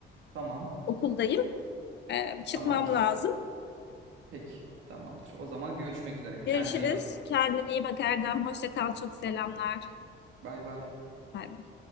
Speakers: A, on the right; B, on the left.
A: Tamam
B: okuldayım. E, çıkmam
A: tamamdır.
B: lazım.
A: Peki, tamamdır. O zaman görüşmek üzere.
B: Görüşürüz.
A: Kendine iyi bak.
B: Kendine iyi bak Erdem. Hoşça kal. Çok selamlar.
A: Bay bay.
B: Bay bay.